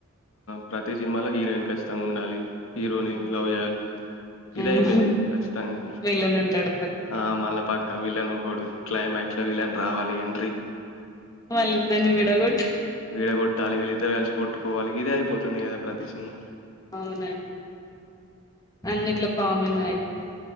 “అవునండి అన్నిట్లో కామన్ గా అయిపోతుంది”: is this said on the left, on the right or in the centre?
Left